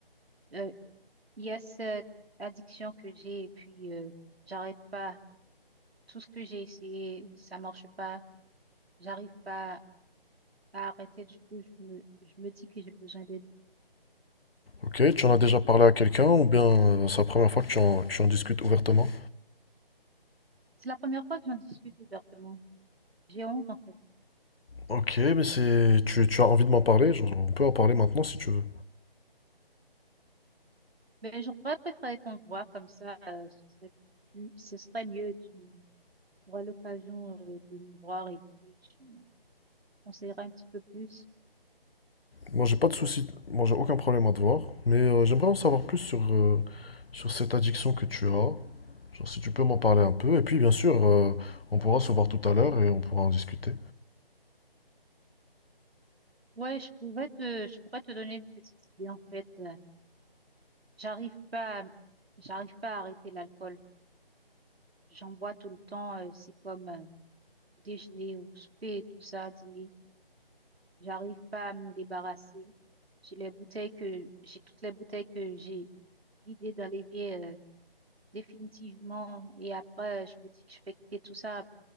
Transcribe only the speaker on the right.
Euh, il y a cette addiction que j'ai et puis euh, j'arrête pas. Tout ce que j'ai essayé, ça marche pas. J'arrive pas à arrêter. Du coup, je me je me dis que j'ai besoin d'aide.
C'est la première fois que j'en discute ouvertement. J'ai honte en fait.
Ben, j'aurais préféré qu'on se voit comme ça, euh, ce serait plus- ce serait mieux. Tu auras l'occasion, euh, de nous voir et puis tu me conseilleras un petit peu plus.
Ouais, je pouvais te, je pourrais te donner une petite idée en fait. Euh, J'arrive pas, à- j'arrive pas à arrêter l'alcool. J'en bois tout le temps. euh, c'est comme euh, déjeuner ou souper et tout ça, dîner. J'arrive pas à m'en débarrasser. J'ai les bouteilles que, j'ai toutes les bouteilles que j'ai vidées dans l'évier. définitivement. Et après, je me dis que je vais quitter tout ça.